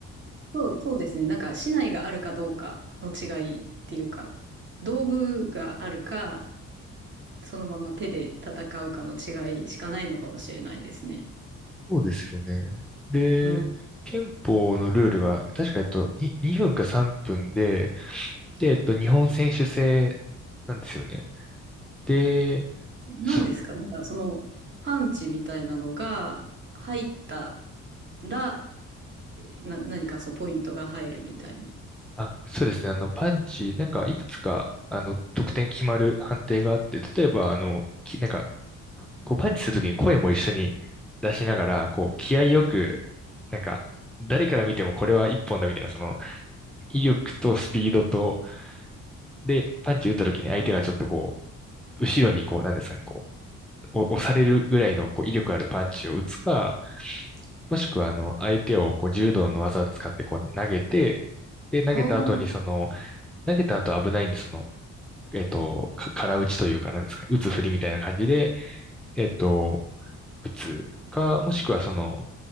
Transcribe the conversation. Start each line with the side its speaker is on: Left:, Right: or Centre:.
Right: そう、そうですね。なんか、竹刀があるかどうかの違いっていうか、道具があるか、そのまま手で戦うかの違いしかないのかもしれないですね。
Centre: そうですよね。で、
Right: うん
Centre: 憲法のルールは確か、えっと、に2分か3分で、で、えっと、日本選手制なんですよね。で、
Right: 何ですかなんかそのパンチみたいなのが入った
Centre: そ、
Right: ら、な、何かそのポイントが入るみたいな。
Centre: あ、そうですね。あの、パンチ、なんか、いくつか、あの、得点決まる判定があって、例えば、あの、き、なんか、こうパンチするときに声も一緒に出しながら、こう気合よく、なんか、誰から見てもこれは一本だみたいな、その威力とスピードと、で、パンチ打ったときに相手がちょっとこう、後ろにこう、なんですかね、こう、お押されるぐらいのこう威力あるパンチを打つか、もしくはあの、相手をこう柔道の技を使ってこう投げて、で、投げた後にその、
Right: ああ、
Centre: 投げた後危ないんで、その、えっと、か空打ちというか、なんですかね、打つ振りみたいな感じで、えっと、打つか、もしくはその、